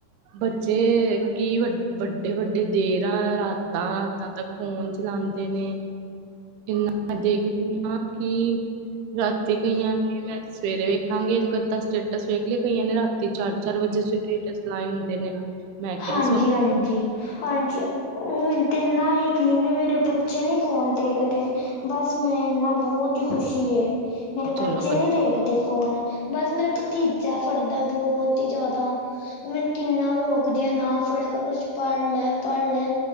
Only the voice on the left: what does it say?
ਹਾਂਜੀ
ਹਾਂਜੀ
ਹਾਂਜੀ ਹੁਣ ਤੇ ਏਨਾ ਯਕੀਨ ਏ ਮੇਰੇ ਬੱਚੇ ਨੀ ਫੋਨ ਦੇਖਦੇ। ਬਸ ਮੈਂਨੂੰ ਇੰਨਾ ਬੋਤ ਈ ਖੁਸ਼ੀ ਏ, ਮੇਰੇ
ਬੱਚੇ ਨੀ ਦੇ- ਕਦੇ ਫੋਨ। ਬਸ ਮੇਰਾ ਭਤੀਜਾ ਫੜਦਾ ਬੋਤ ਈ ਜਾਦਾ, ਓ ਮੈਨੂੰ- ਕਿੰਨਾ ਰੋਕਦੀ ਆਂ ਨਾ ਫੜੇਆ ਕਰ, ਕੁਛ ਪੜ ਲੈ -ਪੜ ਲੈ।